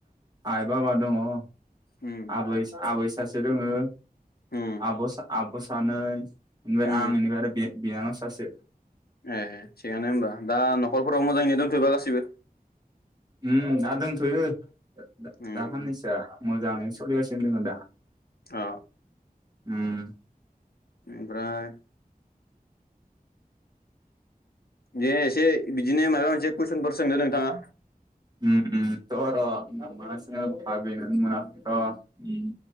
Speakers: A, on the right (about 25°); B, on the left (about 80°).
A: आइ बाबा दङो।
B: उम
A: आबैस आबैस। सासे दङो।
B: उम
A: आबस आबस। सानै ओनबाय
B: उम
A: आं बेनिफ्राय आरो बे, बिनानाव सासे,
B: ए थिगानो होनबा दा न'खरफोराव मोजाङैनो दंजोबोबा गासिबो
A: उम दा दंथयो दा
B: उम
A: दा खानैसोआ मोजाङैनो सोलिगासिनो दोङो दा?
B: औ
A: उम
B: ओमफ्राय दे एसे बिदिनो माबा मोनसे कुइसनफोर सोंदो नोंथाङा,
A: ओम ओम र र मा सोंनो भाबेनानै मोनाखै र' उम